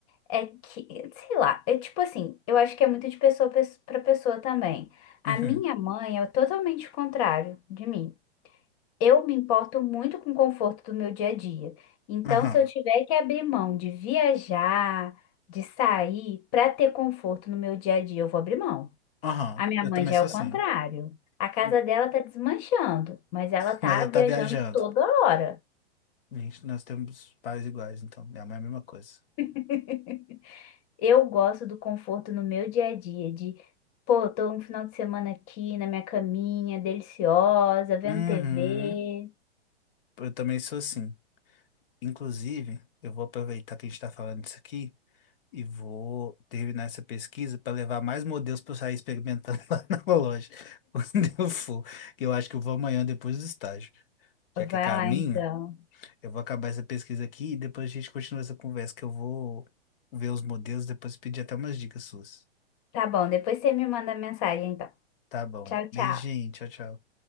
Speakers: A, on the left (about 35°); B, on the left (about 55°).
A: é que, sei lá, é tipo assim, eu acho que é muito de pessoa pes- pra pessoa também. A
B: Uhum,
A: minha mãe é totalmente o contrário de mim. Eu me importo muito com o conforto do meu dia a dia. Então,
B: aham,
A: se eu tiver que abrir mão de viajar, de sair pra ter conforto no meu dia a dia, eu vou abrir mão.
B: aham.
A: A minha
B: Eu
A: mãe
B: também
A: já
B: sou
A: é o
B: assim.
A: contrário. A casa
B: <laughs>
A: dela tá desmanchando, mas ela tá
B: Mas eu
A: viajando
B: tá viajando.
A: toda hora.
B: Gente, nós temos pais iguais, então. É a mesma coisa.
A: <laughs> Eu gosto do conforto no meu dia a dia, de, pô, tô um final de semana aqui na minha caminha, deliciosa, vendo
B: Uhum.
A: TV.
B: Eu também sou assim. Inclusive, eu vou aproveitar que a gente está falando disso aqui e vou terminar essa pesquisa para levar mais modelos para eu sair experimentando <laughs> lá na loja, quando eu for. que Eu acho que eu vou amanhã depois do estágio. Já que
A: Vai
B: é caminho,
A: lá então.
B: eu vou acabar essa pesquisa aqui e depois a gente continua essa conversa, que eu vou ver os modelos, depois pedir até umas dicas suas.
A: Tá bom, depois você me manda mensagem então.
B: Tá bom.
A: Tchau, tchau.
B: Beijinho, tchau, tchau.